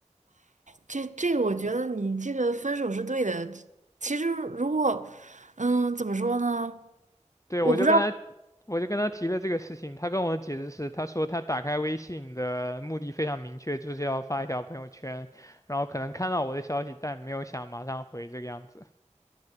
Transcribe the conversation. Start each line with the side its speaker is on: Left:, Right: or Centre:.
Right: 这这个我觉得你这个分手是对的。其实如果，嗯，怎么说呢？
Left: 对，
Right: 我不知道，
Left: 我就跟他，我就跟他提了这个事情，他跟我的解释是，他说他打开微信的目的非常明确，就是要发一条朋友圈，然后可能看到我的消息，但没有想马上回这个样子。